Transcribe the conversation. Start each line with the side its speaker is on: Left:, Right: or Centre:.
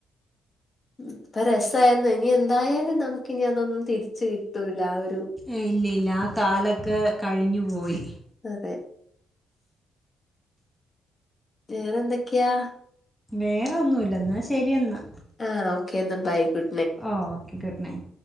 Left: ഉം അപ്പരസായിരുന്നു ഇനി എന്തായാലും നമുക്ക്നി അതൊന്നും തിരിച്ച് കിട്ടൂല. ആ ഒ
Centre: ഏയ് ഇല്ല ഇല്ല ആ കാലൊക്കെ കഴിഞ്ഞു പോയി.
Left: അതെ. വേറെന്തൊക്കെയാ?
Centre: വേറൊന്നൂല്ല ഇന്നാ ശരിയെന്നാ.
Left: ആഹ് ഓക്കെ ന്നാ ബൈ ഗു
Centre: ഓഹ് ഓക്കെ ഗുഡ് നൈറ്റ്.